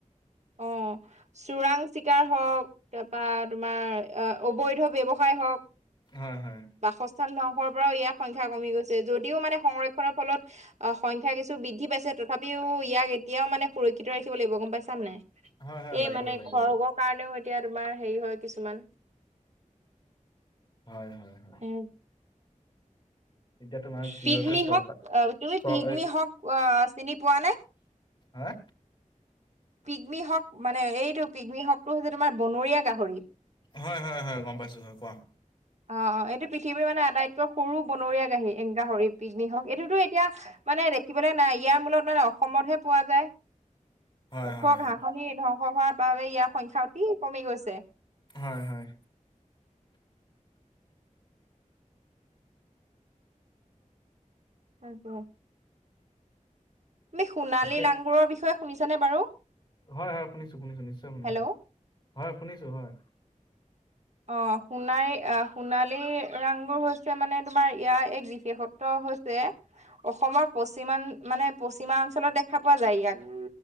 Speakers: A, on the right (about 60°); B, on the left (about 35°).
A: অ' চোৰাং চিকাৰ হওঁক তাৰপা তোমাৰ আহ অবৈধ ব্যৱসায় হওঁক
B: হয় হয়
A: বাসস্থান ধংশৰ পৰাও ইয়াৰ সংখ্যা কমি গৈছে, যদিও মানে সংৰক্ষণৰ ফলত অ' সংখ্যা কিছু বৃদ্ধি পাইছে, তথাপিও ইয়াক এতিয়াও মানে সুৰক্ষিত ৰাখিব লাগিব গ'ম পাইছাম নে নাই।
B: হয় হয়
A: এই
B: লাগিব
A: মানে
B: লাগিব
A: খৰ্গৰ কাৰণেও এতিয়া তোমাৰ হেৰি হয় কিছুমান
B: হয়, হয়, হয়।
A: এ
B: এতিয়া তোমাৰ কি
A: পিগমি
B: হৈছে চৰকাৰ
A: হওক আহ তুমি
B: চ
A: পিগমি হওক আহ চিনি পোৱা নে?
B: হা'।
A: পিকনি হ'ক মানে এইটো পিকমি হ'কটো হৈছে তোমাৰ বনৰীয়া গাহৰি।
B: হয়, হয়, হয় গ'ম পাইছোঁ হয় কোৱা।
A: অ', অ' এইটো পৃথিৱীৰ মানে আটাইতকৈ সৰু বনৰীয়া গাহী এ গাহৰি পিকনি হ'ক। এইটোতো এতিয়া মানে দেখিবলৈ নাই ইয়াৰ মূলত মানে অসমতহে পোৱা যায়।
B: হয়
A: ওখৰ
B: হয় হয়
A: ঘাঁহনি ধ্বংস হোৱাৰ বাবে ইয়াৰ সংখ্যা অতি কমি গৈছে।
B: হয়, হয়।
A: সেইতোৱে। তুমি সোণালী
B: তাকে
A: লাংগুৰৰ বিষয়ে শুনিছানে বাৰু?
B: হয়, হয়, শুনিছো, শুনিছো নিশ্চয় শুনিছো।
A: হেল্ল'
B: হয়, শুনিছো হয়।
A: অ', সোণাৰী আহ সোণালী লেংগুৰ হৈছে মানে, তোমাৰ ইয়াৰ এক বিশেষত্ব হৈ ছে, অসমৰ পশ্চিমা মানে পশ্চিমা অঞ্চলত দেখা পোৱা যায় ইয়াক।